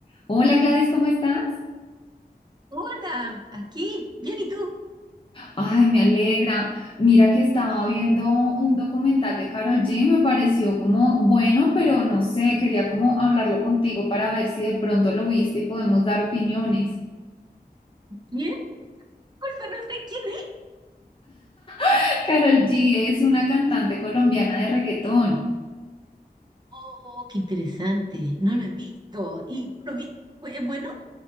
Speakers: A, on the left; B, on the right.
A: Hola Gladys, ¿cómo estás?
B: Hola, aquí. Bien, ¿y tú?
A: Ay, me alegra. Mira que estaba viendo un documental de Carol G, me pareció como bueno, pero no sé, quería como hablarlo contigo para ver si de pronto lo viste y podemos dar opiniones.
B: ¿Bien? Culpa, no sé quién es.
A: <laughs> Carol G es una cantante colombiana de reggaetón.
B: Oh, qué interesante. No lo he visto. ¿Y tú lo viste? ¿Fue- ¿Es bueno?